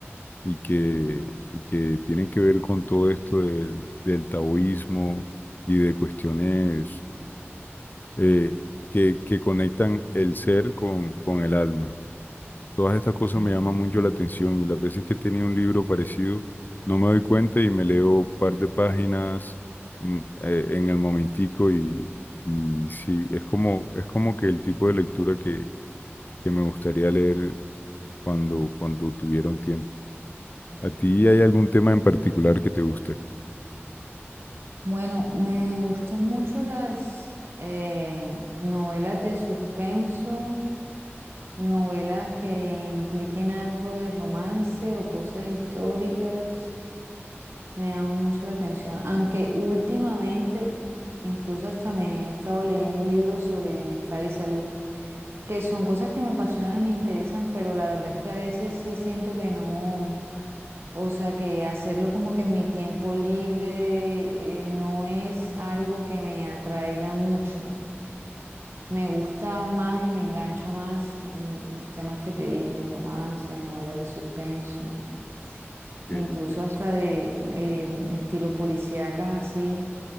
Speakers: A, on the left; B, on the right.
A: y que, y que tienen que ver con todo esto del, del taoísmo y de cuestiones eh, que, que conectan el ser con, con el alma. Todas estas cosas
B: Mm,
A: me llaman mucho la atención y las veces que tenía un libro parecido no me doy cuenta y me leo un par de páginas mm, eh, en el momentico y, y sí, es como, es como que el tipo de lectura que, que me gustaría leer cuando, cuando tuviera un tiempo.
B: mm.
A: ¿A ti hay algún tema en particular que te guste?
B: Bueno, me gustan mucho las eh, novelas de suspenso, novelas que impliquen algo de romance o cosas históricas. Me llama mucho la atención, aunque últimamente incluso hasta me he estado leyendo libros sobre bienestar y salud, que son cosas que me apasionan y me interesan, pero la verdad es que a veces sí siento que no, o sea, que hacerlo como que en mi tiempo libre eh, no es algo que me atraiga mucho. Me gusta más y me engancha más mm, los temas que te dije, romance, novelas de suspenso
A: Que-
B: incluso
A: que
B: hasta
A: sí.
B: de eh, estilo policíacas así,